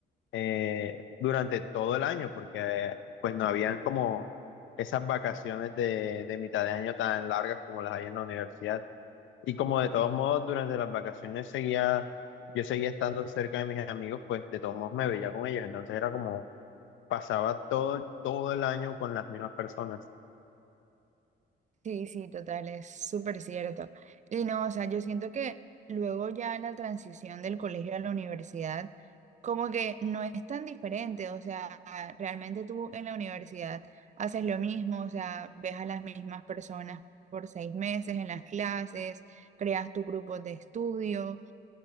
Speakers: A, on the left (about 75°); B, on the right (about 40°).
A: eh, durante todo el año, porque eh, pues no habían como esas vacaciones de, de mitad de año tan largas como las hay en la universidad. Y como de todos modos durante las vacaciones seguía, yo seguía estando cerca de mis amigos, pues de todos modos me veía con ellos, entonces era como pasaba todo, todo el año con las mismas personas.
B: Sí, sí, total, es súper cierto. Y no, o sea, yo siento que luego ya en la transición del colegio a la universidad, como que no es tan diferente, o sea, realmente tú en la universidad haces lo mismo, o sea, ves a las mismas personas por seis meses en las clases, creas tu grupo de estudio,